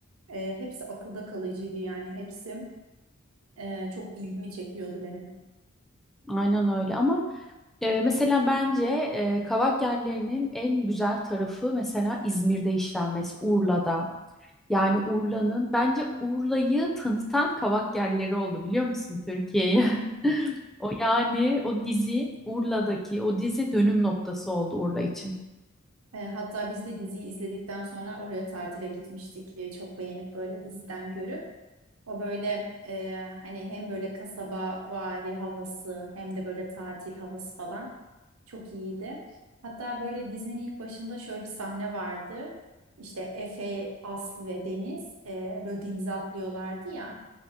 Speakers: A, on the right; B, in the centre.
A: e, hepsi akılda kalıcıydı yani hepsi e, çok ilgimi çekiyordu benim.
B: Aynen öyle ama e, mesela bence e, Kavak Yelleri'nin en güzel tarafı mesela İzmir'de işlenmesi, Urla'da. Yani Urla'nın bence Urla'yı tanıtan kavak yerleri oldu biliyor musun Türkiye'ye? <laughs> O yani o dizi Urla'daki o dizi dönüm noktası oldu Urla için.
A: E, hatta biz de diziyi izledikten sonra oraya tatile gitmiştik. E, çok beğenip böyle diziden görüp. O böyle e, hani hem böyle kasaba vari havası hem de böyle tatil havası falan çok iyiydi. Hatta böyle dizinin ilk başında şöyle bir sahne vardı. İşte Efe, Aslı ve Deniz e, böyle denize atlıyorlardı ya.